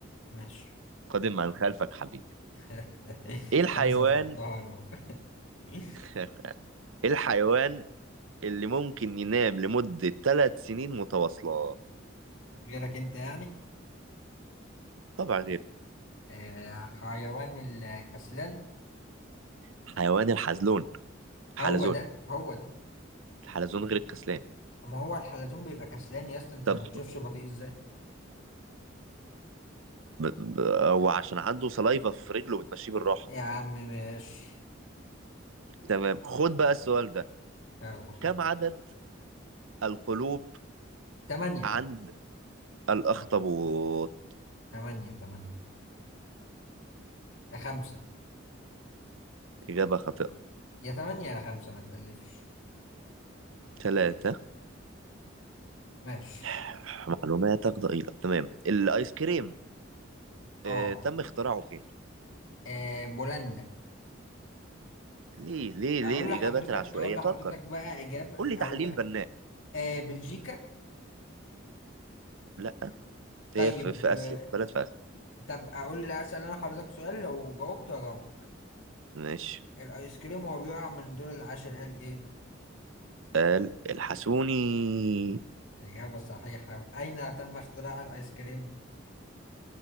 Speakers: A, on the left; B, on the right.
A: ماشي
B: قادم عن خلفك حبيبي
A: <laughs>
B: ايه الحيوان
A: انا صدرتها له <laughs>
B: <laughs> ايه الحيوان اللي ممكن ينام لمدة ثلاث سنين متواصلة
A: غيرك انت يعني
B: طبعا غير
A: آه حيوان الكسلان
B: حيوان الحلزون حلزون
A: هو ده هو ده
B: الحلزون غير الكسلان
A: ما هو الحلزون بيبقى كسلان يا اسطى انت
B: طب
A: ما بتشوفش بطيء ازاي
B: ب... ب... هو عشان عنده سلايفا في رجله بتمشيه بالراحه
A: يا عم ماشي
B: تمام خد بقى السؤال ده
A: هاخده حاضر
B: كم عدد القلوب
A: تمانية
B: عند الأخطبوط
A: تمانية تمانية يا خمسة
B: إجابة خاطئة
A: يا تمانية يا خمسة ما تقلفش
B: ثلاثة
A: ماشي
B: <sighs> معلوماتك ضئيلة تمام الآيس كريم
A: اه
B: آه، تم اختراعه فين
A: آه، بولندا
B: ليه ليه ليه
A: اقول
B: الإجابات
A: لحضرتك
B: العشوائية
A: اقول لحضرتك
B: فكر
A: بقى اجابه
B: قول لي
A: اقول
B: تحليل
A: لك
B: بناء
A: آه بلجيكا
B: لا
A: طيب
B: هي في, في
A: آه
B: آسيا بلد في آسيا
A: طب اقول لي اسال انا حضرتك سؤال لو جاوبت اجاوبك
B: ماشي
A: الايس كريم وهو بيقع من الدور العاشر قال ايه
B: قال الحسوني
A: اجابه صحيحه اين تم اختراع الايس كريم